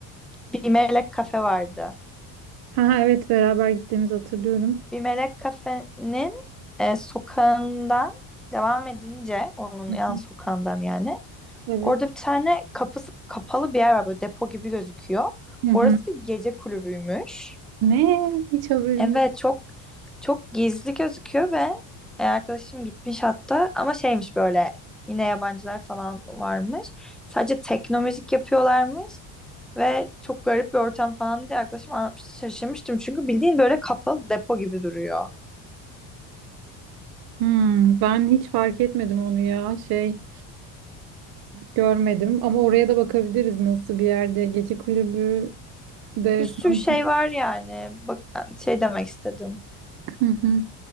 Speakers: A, in the centre; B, on the right (about 60°).
A: bir melek kafe vardı.
B: Ha, ha, evet beraber gittiğimizi hatırlıyorum.
A: Bir melek kafenin e, sokağından devam edince onun
B: Hı
A: yan
B: hı.
A: sokağından yani
B: Evet.
A: Orada bir tane kapısı kapalı bir yer var böyle depo gibi gözüküyor.
B: Hı hı.
A: Orası bir gece kulübüymüş.
B: Ne? Hiç haberim
A: Evet
B: yok.
A: çok çok gizli gözüküyor ve e, arkadaşım gitmiş hatta ama şeymiş böyle yine yabancılar falan varmış. Sadece tekno müzik yapıyorlarmış ve çok garip bir ortam falan diye arkadaşım anlatmıştı şaşırmıştım çünkü bildiğin böyle kapalı depo gibi duruyor.
B: Hmm, ben hiç fark etmedim onu ya şey. Görmedim ama oraya da bakabiliriz nasıl bir yerde. Gece kulübü de
A: Bir sürü
B: sanki.
A: şey var yani. Bak şey demek istedim.
B: Hı hı.